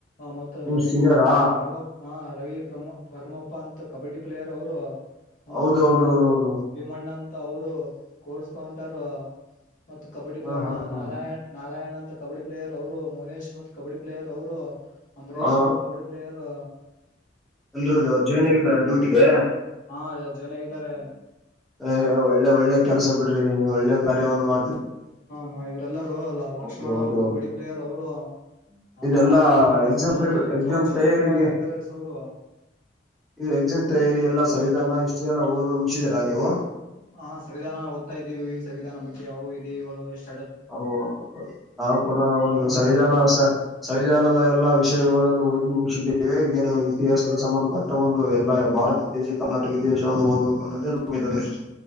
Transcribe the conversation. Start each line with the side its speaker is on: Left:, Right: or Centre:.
Left: ಮತ್ತ
Centre: ನಿಮ್
Left: ರವಿ
Centre: ಸೀನಿಯರಾ
Left: ಪರ ಪರಮ. ಹಾ ರವಿ ಪ್ರಮ ಪರಮಪ್ಪ ಅಂತ ಕಬಡ್ಡಿ ಪ್ಲೇಯರ್ ಅವರು
Centre: ಹೌದು
Left: ಭೀಮಣ್ಣ
Centre: ಹೌದು ಹೌದು
Left: ಕೋ
Centre: ಹೌದು
Left: ವಿಮಣ್ಣ ಅಂತ ಅವರು ಕೋರ್ಸ್ಕೌಂಟಾರ ಮತ್ತು ಕಬಡ್ಡಿ
Centre: ಹಾ
Left: ಪ್ಲೇಯರ್
Centre: ಹಾ ಹಾ
Left: ನಾರಾಯಣ. ನಾರಾಯಣ ಅಂತ ಕಬಡ್ಡಿ ಪ್ಲೇಯರ್ ಅವರು ಮೌನೇಶ್ ಮತ್ತು ಕಬಡ್ಡಿ ಪ್ಲೇಯರ್ ಅವರು. ಅಂಬ್ರೇಶ್
Centre: ಹಾ,
Left: ಅವರು ಕಬಡ್ಡಿ ಪ್ಲೇಯರು.
Centre: ಎಲ್ರೂ ಜಾಯಿನ್ ಆಗಿದಾರ ಡ್ಯೂಟಿಗೆ.
Left: ಹಾ ಜಾಯ್ನ್ ಆಗಿದ್ದಾರೆ
Centre: ಹ ಒಳ್ಳೆ ಒಳ್ಳೆ ಕೆಲ್ಲಸ ಬಿಡ್ರಿ ಒಳ್ಳೆ. ಕಾರ್ಯವನ್ನು ಮಾಡ್
Left: ಹ ಇವ್ರಲ್ಲಾರೂ ಅಲ್ಲ ಲಕ್ಷ್ಮಣ
Centre: ಹೌದು ಹೌದು
Left: ಅವ್ರು ಕಬಡ್ಡಿ ಪ್ಲೇಯರ್ ಅವರು. ನಮ್ಮ
Centre: ಇದೆಲ್ಲಾ
Left: Prabhu college
Centre: exam
Left: south
Centre: pre exam
Left: south zone
Centre: ತಯಾರಿಗೆ
Left: ಮಾಯಾಗಿದರೆ ಸ ಅವರು.
Centre: ಇದು ಎಕ್ಸಾಮ್ ತಯಾರಿ ಎಲ್ಲಾ ಸಂವಿಧಾನ ಹಿಸ್ಟರಿ ಎಲ್ಲ ಓದೋದ್ ಮುಗಸಿದೀರಾ ನೀವು.
Left: ಹ ಸಂವಿಧಾನ ಓದ್ತಾ ಇದ್ದೀವಿ ಸಂವಿಧಾನ ಬಗ್ಗೆ ಅವು ವಿಧಿಗಳು ಎಷ್ಟು.
Centre: ಹೌದು ನಾವು ಕೂಡ ಒಂದು
Left: ಪರ್ಮಂಡ
Centre: ಸಂವಿಧಾನವಸ. ಸಂವಿಧಾನದ ಎಲ್ಲಾ ವಿಷಯಗಳನ್ನು ಓದಿ ಮುಗಿಸಿದ್ದೇವೆ ಈಗ ಏನು ಇತಿಹಾಸದ ಸಂಬಂಧಪಟ್ಟ ಒಂದು ಎಲ್ಲಾ ಭಾರತ ದೇಶ ಕರ್ನಾಟಕ ದೇಶವನ್ನು ಓದಬೇಕು ಅನ್ನೋೇ ನಮ್ಮ ದೃಷ್ಟ್ಯ